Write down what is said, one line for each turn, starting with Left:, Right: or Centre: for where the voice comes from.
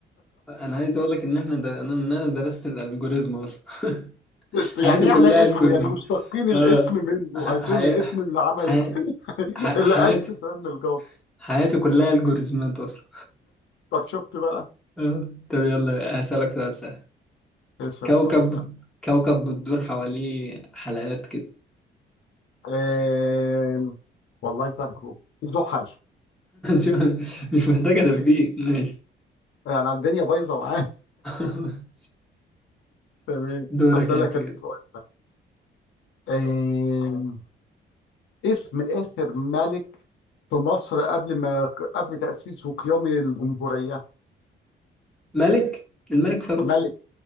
Centre: انا عايز اقول لك ان احنا در... ان انا درست الالجوريزم اصلا <laughs>
Left: <laughs>
Centre: حياتي
Left: يعني ايه
Centre: كلها
Left: على
Centre: الجوريزم
Left: اسمه يعني مشتقين الاسم
Centre: اه
Left: منه
Centre: ح...
Left: اساسا
Centre: حي...
Left: من اسم اللي عمل
Centre: حي...
Left: <laughs>
Centre: ح...
Left: اللي
Centre: حياتي
Left: اسس علم الجبر
Centre: حياتي كلها الجوريزمات اصلا
Left: طب شفت بقى
Centre: اه طب يلا هسألك سؤال سهل
Left: اسال
Centre: كوكب
Left: سؤال سهل
Centre: كوكب بتدور حواليه حلقات كده <laughs>
Left: آم، والله فاكره زحل
Centre: شو- مش محتاجة تفكير ماشي
Left: يعني الدنيا بايظه معايا
Centre: <laughs>
Left: تمام
Centre: دورك
Left: اسالك
Centre: انت كده
Left: انا سؤال آه، اسم آخر ملك في مصر قبل ما قبل تأسيس وقيام الجمهورية
Centre: ملك الملك فاروق
Left: ملك